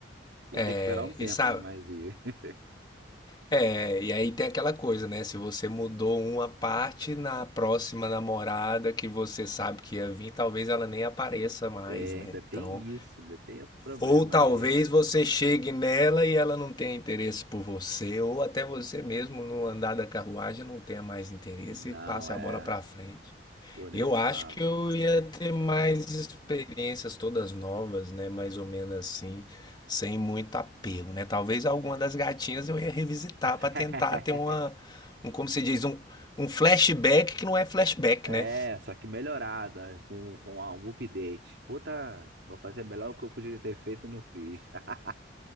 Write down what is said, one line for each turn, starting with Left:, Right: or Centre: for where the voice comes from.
Right: Ia ter
Left: é,
Right: que esperar um tempo,
Left: e sabe?
Right: né? Mas ia. <laughs>
Left: É, e aí tem aquela coisa, né? Se você mudou uma parte na próxima namorada que você sabe que ia vir, talvez ela nem apareça mais,
Right: É,
Left: né?
Right: ainda tem
Left: Então,
Right: isso, ainda tem esse problema
Left: ou talvez
Right: aí.
Left: você chegue nela e ela não tenha interesse por você, ou até você mesmo no andar da carruagem não tenha mais interesse
Right: Não
Left: e passe
Right: é.
Left: a bola pra frente.
Right: Pô, nem
Left: Eu
Right: falo.
Left: acho que eu ia ter mais experiências todas novas, né? Mais ou menos assim, sem muito apego, né? Talvez alguma das gatinhas eu ia revisitar
Right: <laughs>
Left: para tentar ter uma, um, como se diz, um, um flashback que não é flashback,
Right: É,
Left: né?
Right: só que melhorada, com, com a- um update. Puta, vou fazer melhor o que eu podia ter feito e não fiz. <laughs>